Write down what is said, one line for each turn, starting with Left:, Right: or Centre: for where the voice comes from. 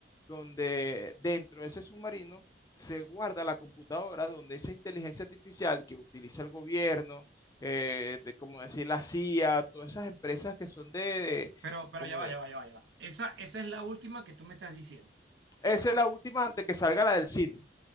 Left: donde dentro de ese submarino se guarda la computadora donde esa inteligencia artificial que utiliza el gobierno, eh, de, como decir la CIA, todas esas empresas que son de, de-
Right: Pero, pero
Left: como
Right: ya va,
Left: de...
Right: ya va, ya va, ya va. Esa, esa es la última que tú me estás diciendo.
Left: Esa es la última antes que salga la del cine.